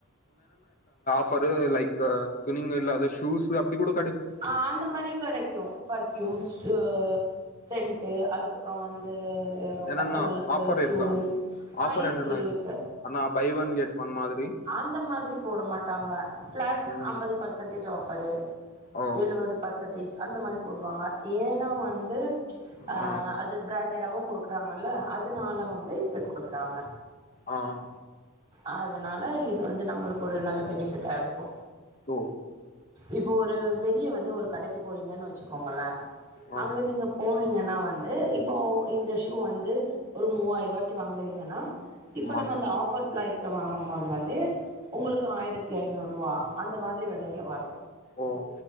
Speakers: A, on the left; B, on the right.
A: ஃபாரு லைக்கு துணிங்க இல்ல அது ஷூஸ் அப்டி கூடப்
B: ஆஹ் அந்த மாரி கெடைக்கு பர்ஃபீயூம்ஸ் ஜுவ ஆ சென்ட்டு அதுக்கப்புறோ வந்து உஹ்
A: என்னன்னா
B: பசங்களுக்கு
A: ஆஃபர்
B: ஷூ
A: இருக்கா ஆஃபர்
B: ஆஹ் இருக்கு
A: என்னென்ன
B: இருக்கு
A: அண்ணா பை ஒன் கெட் ஒன் மாதிரி
B: அந்த மாதிரி போட மாட்டாங்க ஃபிளாட்
A: ம்
B: அம்பது பர்சன்டேஜ் ஆஃப் பரு
A: ஓ
B: எழுவது பர்ச் சென்டேஜ் அந்த மாரி போடுவாங்க ஏன்னா வந்து ஆஹ்
A: ஆ
B: அது பிராண்டடாவு கொடுக் குறாங்கல்ல அதுனால வந்து இப்டி குடுக்குறாங்க
A: ஆஹ்
B: அதனால இது வந்து நம்மளுக்கு ஒரு நல்ல பெனிஃபிட்டா இருக்கூ
A: ஒ
B: இப்போ ஒரு வெளிய வந்து ஒரு கடைக்கு போரிங்கன்னு வச்சுக்கோங்கள
A: ஆ
B: அங்க நீங்க போன் னீங்கன்னா வந்து இப் போ இந்த ஷூ வந்து ஒரு மூவாயிர ரூவிய்க்கு வாங்குறீங்கன்னா இப்ப
A: ஆமாங்க
B: நம்ம அந்த ஆஃபர் ப்லைஸ் ஸ வாங்கும் போது வந்து உங்களுக்கு ஆயிரத்தி ஐநூறு ரூவா அந்த மாதிரி வெலையில வரு
A: ஓஹ்